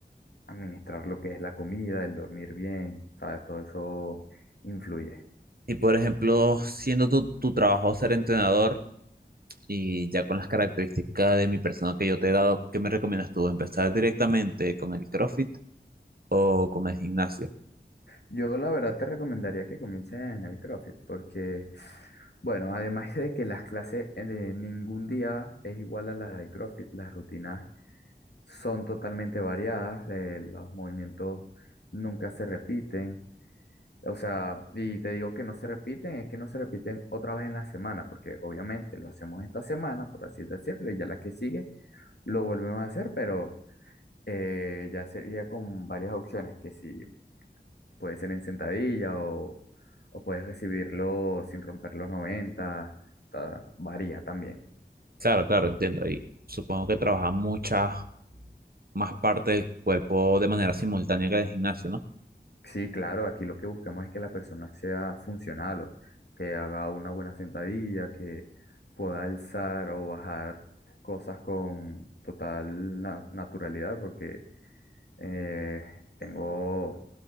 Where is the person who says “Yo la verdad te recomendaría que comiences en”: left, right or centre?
Left